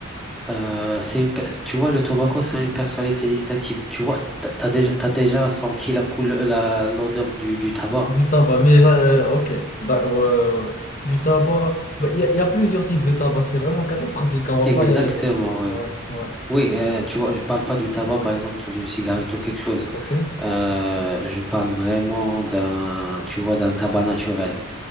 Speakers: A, in the centre; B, on the left (about 35°).
A: Euh, c'est une, pe- tu vois, le tobacco, c'est une personnalité distinctive. Tu vois, t'as t'as déjà, t'as déjà senti la couleur, la, l'odeur du, du tabac.
B: du tabac, mais j'a- euh, ok, Da- ouais, ouais, ouais. Du tabac, Bah, il y, a il y a plusieurs types de tabac, c'est vraiment catastrophique, on va
A: Exactement,
B: pas y arriver comme ça.
A: ouais.
B: Ouais, ouais,
A: Oui, euh, tu vois, je parle pas du tabac, par exemple, dans une cigarette ou quelque chose.
B: ok,
A: Euh, je parle vraiment d'un, tu vois, d'un tabac naturel.